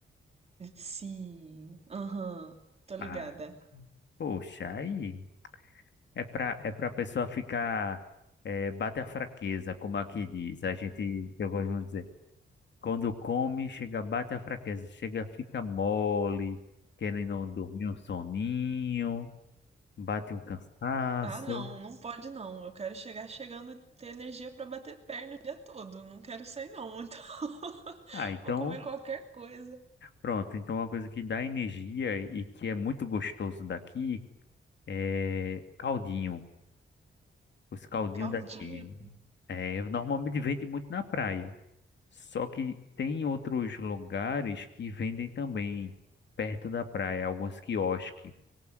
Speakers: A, on the right; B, on the left.
A: Sim, aham, tô ligada.
B: Ah, poxa, aí é pra, é pra pessoa ficar. eh, bate a fraqueza, como aqui diz. A gente, eu gosto de dizer. Quando come, chega, bate a fraqueza, chega, fica mole, querendo dormir um soninho, bate um cansaço.
A: Ah, não, não pode não. Eu quero chegar chegando, ter energia pra bater perna o dia todo. Não quero isso aí não. Então, <laughs>
B: Ah, então,
A: vou comer qualquer coisa.
B: pronto. Então, uma coisa que dá energia e que é muito gostoso daqui é caldinho. Os caldinhos
A: Caldinho.
B: daqui. É, normalmente vende muito na praia. Só que tem outros lugares que vendem também perto da praia, alguns quiosques.